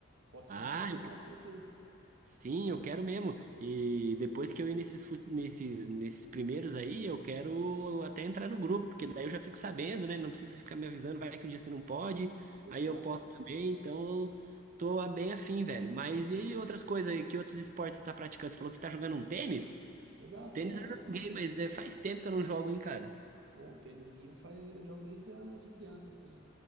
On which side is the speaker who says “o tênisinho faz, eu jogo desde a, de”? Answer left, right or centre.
Right